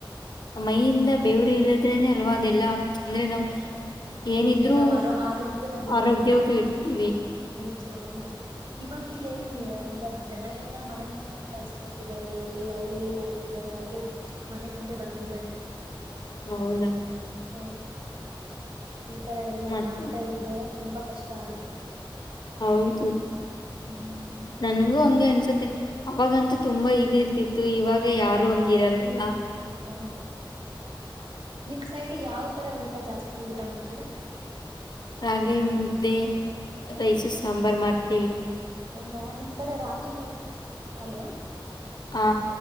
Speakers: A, on the left (about 55°); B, on the right (about 70°).
A: ಮೈಯಿಂದ ಬೇವರು ಇಲ್ಲದ್ರೇನೆ ಅಲ್ವಾ ಅದೆಲ್ಲ ಅಂದ್ರೆ ನಾವು ಏನಿದ್ರೂ
B: ಅಂದ್ರೆ ನಾವ್ ಆರೋ ಆರೋಗ್ಯವಾಗಿರ್ತೀವಿ
A: ಆರೋಗ್ಯವಾಗಿ ಇರ್ತೀವಿ,
B: ಹದು ಹೌದು, ಇವಗ ಎಲ್ಲಿ ಇವಾಗ ಜನ ಎಲ್ಲಾ ಮನೆ ಮುಂದೆನೆೇ ತಳ್ಸ್ಕೊತಿದ್ದಾರೆ ಎಲ್ಲಿ ಅವ್ರಲ್ಲಿ ಹೋಗ್ತಿದ್ದಾರೆ ಅವರೇ ಮನೆ ಮುಂದೆ ಬರ್ತಿದ್ದಾರೆ.
A: ಹೌದಾ
B: ಹೌದು ಈ ತರ ಎಲ್ಲಾ
A: ಮತ್ತ
B: ಮಾಡ್ತಾ ಇದ್ರೆ, ತುಂಬ ಕಷ್ಟ ಆಗುತ್ತೆ
A: ಹೌದು,
B: ಹ್ಮ್
A: ನನ್ಗೂ ಹಂಗೆ ಅನ್ಸುತ್ತೆ ಅವಾಗಂತೂ ತುಂಬಾ ಇದಿರ್ತಿತ್ತು ಇವಾಗ ಯಾರು ಹಂಗಿರಲ್ವಲ್ಲ
B: ಹೌದು, ನಿಮ್ ಸೈಡ್ ಯಾವ ತರ ಊಟ? ಊಟ ಜಾಸ್ತಿ ಊಟ ಮಾಡ್ತೀರಾ?
A: ರಗಿ ಮುದ್ದೆ,
B: ಹ
A: ರೈಸು ಸಾಂಬಾರ್ು ಮಾಡ್ತ ಟಿವಿ
B: ಹೌದಾ ನಿಮ್ ಕಡೆ ರಾಗಿ ಮುದ್ದೆ, ಅಲೋ
A: ಹಾ